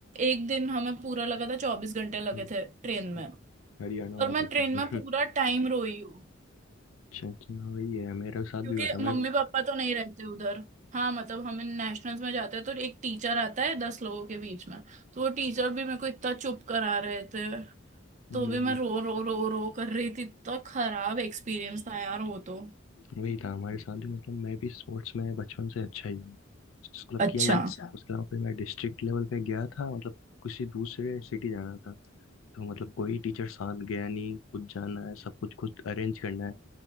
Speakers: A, on the right (about 40°); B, on the left (about 85°).
A: एक दिन हमें पूरा लगा था चौबीस घंटे लगे
B: हाँ
A: थे ट्रेन
B: हाँ,
A: में
B: हरियाणा में
A: और मैं
B: पड़ता
A: ट्रेन
B: है। हम्म,
A: में
B: हम्म,
A: पूरा टाइम रोई हूँ।
B: अच्छा अच्छा हाँ, वही है मेरे साथ
A: क्योंकि
B: भी हुआ था
A: मम्मी
B: मैं भी
A: पापा तो नहीं रहते उधर हाँ मतलब हम नेशनल्स में जाते हैं तो एक टीचर आता है दस लोगों के बीच में तो वो टीचर भी मेरे को इतना चुप करा रहे थे
B: हाँ,
A: तो भी मैं रो रो रो रो कर रही थी इतना खराब एक्सपीरियंस था यार वो तो
B: वही था हमारे साथ भी मतलब मैं भी स्पोर्ट्स में बचपन से अच्छा ही हूँ क्लब
A: अच्छा
B: किया ही है अच्छा उसके अलावा फिर मैं डिस्ट्रिक्ट लेवल पे गया था मतलब किसी दूसरे सिटी जाना था तो मतलब कोई टीचर साथ गया नहीं खुद जाना है सब कुछ खुद अरेंज करना है